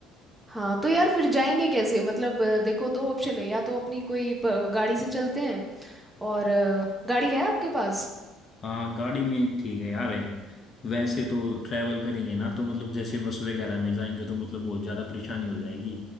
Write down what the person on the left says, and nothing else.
हाँ गाड़ी में ठीक है यार वैसे तो ट्रैवल करेंगे ना तो मतलब जैसे बस वगैरह में जाएंगे तो मतलब बहुत ज्यादा परेशानी हो जाएगी